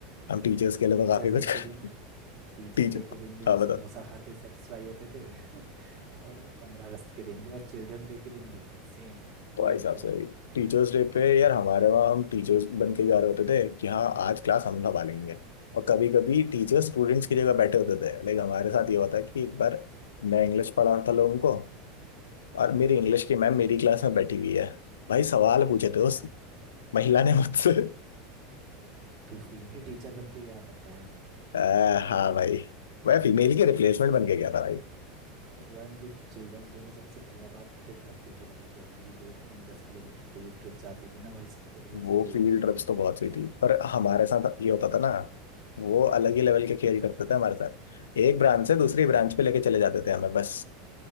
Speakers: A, on the left; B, on the right.
A: हम टीचर्स के लिए
B: टीचर्स
A: तो काफी कुछ
B: डे
A: कर।
B: के दिन टीचर्स
A: टीचर
B: डे के दिन भी हम
A: हाँ
B: समोसा
A: बता
B: खा के सेटिस्फाई होते थे <laughs> और पंद्रह अगस्त के दिन भी और चिल्ड्रन डे के दिन भी सेम कोई
A: भाई
B: अंतर
A: साहब सही
B: नहीं
A: टीचर्स डे पे यार हमारे वहाँ हम टीचर्स बन के जा रहे होते थे कि हाँ आज क्लास हम संभालेंगे और कभी कभी
B: <laughs>
A: टीचर्स स्टूडेंट्स की जगह बैठे होते थे लेकिन हमारे साथ ये होता कि एक बार मैं इंग्लिश पढ़ा रहा था लोगों को और मेरी
B: हाँ हाँ।
A: इंग्लिश की मैम मेरी क्लास में बैठी हुई है भाई सवाल पूछे थे उस महिला ने मुझसे <laughs>
B: तू फीमेल टीचर बन के गया था डैम
A: आ,
B: बढ़िया
A: हाँ
B: भाई बढ़िया
A: भाई वह फीमेल के रिप्लेसमेंट बन के गया था भाई
B: पर भाई मुझे चिल्ड्रंस डे में सबसे बढ़िया बात ट्रिप लगती थी भाई जो हमारी दो तीन दस किलोमीटर दूर ट्रिप जाती थी ना भाई सबसे बढ़िया चीज़
A: वो
B: वही
A: फील्ड
B: थी
A: ट्रिप्स तो बहुत सही थी पर हमारे साथ ये होता था ना वो अलग ही लेवल के खेल करते थे हमारे साथ एक ब्रांच से दूसरी ब्रांच पे लेके चले जाते थे हमें बस